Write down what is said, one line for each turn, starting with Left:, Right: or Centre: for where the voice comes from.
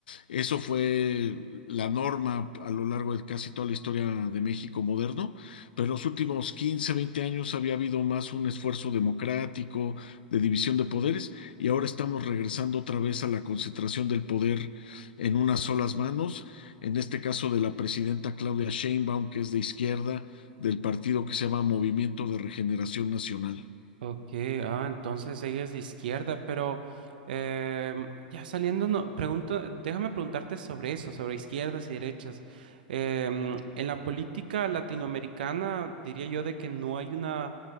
Left: eso fue la norma a lo largo de casi toda la historia de México moderno, pero en los últimos 15 20 años había habido más un esfuerzo democrático de división de poderes y ahora estamos regresando otra vez a la concentración del poder en unas solas manos, en este caso de la presidenta Claudia Sheinbaum, que es de izquierda, del partido que se llama Movimiento de Regeneración Nacional.
Right: Ok, ah, entonces ella es de izquierda, pero em, ya saliendo, no, pregunto, déjame preguntarte sobre eso, sobre izquierdas y derechas. Em, en la política latinoamericana diría yo de que no hay una,